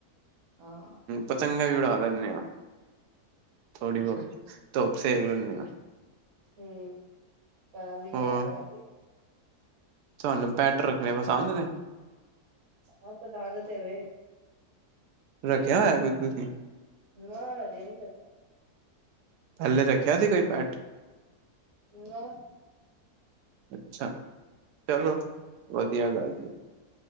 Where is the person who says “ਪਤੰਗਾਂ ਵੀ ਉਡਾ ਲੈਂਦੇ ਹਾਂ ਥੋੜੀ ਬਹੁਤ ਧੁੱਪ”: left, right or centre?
Right